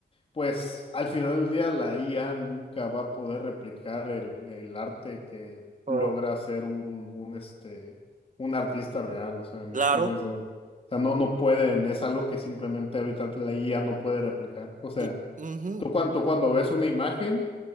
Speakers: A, on the left (about 30°); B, on the right (about 45°).
A: Pues al final del día la IA nunca va a poder replicar el, el arte que logra
B: Oh.
A: hacer un, un, este, un artista real, o sea, me
B: Claro,
A: explico, o sea, o sea, no, no pueden, es algo que simplemente ahorita la IA no puede replicar, o sea,
B: y ujú,
A: tú cuando, tú cuando ves una imagen